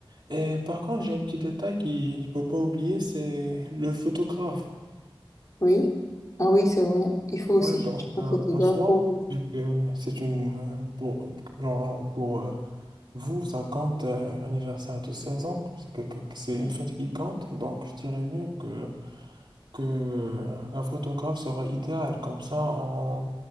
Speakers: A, on the right; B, on the left.
A: Et par contre, j'ai un petit détail qu'il ne faut pas oublier, c'est le photographe.
B: Oui. Ah oui, c'est vrai. Il faut aussi
A: Ouais, donc,
B: chercher un
A: euh,
B: photographe.
A: en soi,
B: pour-
A: vu que c'est une... euh, Pour, genre, euh, pour euh, vous, ça compte euh, l'anniversaire de 16 ans. C'est que, que- que c'est une fête qui compte. Donc, je dirais mieux que, que euh, la photographe sera idéale. Comme ça, on,